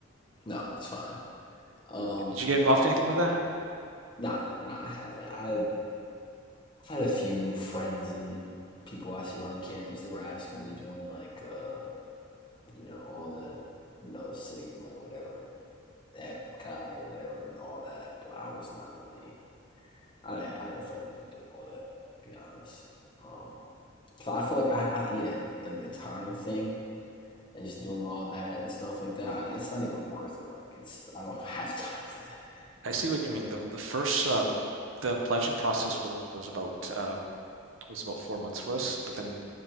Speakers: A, on the left (about 25°); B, on the right (about 75°).
A: No, it's fine. Um.
B: Did you get involved in anything like that?
A: Nah. Nah. I haven't. I I've had a few friends and people I see around campus that were asking me to join, like, uh, you know, all the, you know, Sigma, whatever, Epkai, Chi, whatever, all that. But I was not really, I didn't, I didn't feel like really doing all that, to be honest. Um, so I feel like I, I, yeah, like the time thing and just doing all that and stuff like that, I- it's not even worth it. Like, it's, I don't <laughs> have time for that,
B: I see
A: you
B: what
A: know?
B: you mean. The the first uh, the pledging process was, was about um, was about four months for us, but then